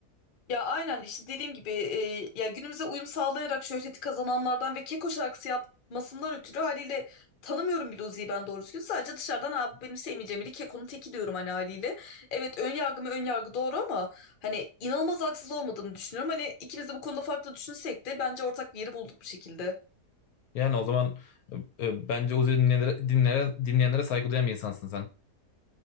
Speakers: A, on the left; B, on the left.
A: Ya aynen işte dediğim gibi e, ya günümüze uyum sağlayarak şöhreti kazananlardan ve Keko şarkısı yapmasından ötürü haliyle tanımıyorum bile Uzi'yi ben doğru düzgün. Sadece dışarıdan abi benim sevmeyeceğim biri Keko'nun teki diyorum hani haliyle. Evet ön yargı mı ön yargı doğru ama hani inanılmaz haksız olmadığını düşünüyorum. Hani ikimiz de bu konuda farklı düşünsek de bence ortak bir yeri bulduk bu şekilde.
B: Yani o zaman e, e, bence Uzi dinleyenlere, dinleyenlere, dinleyenlere saygı duyan bir insansın sen.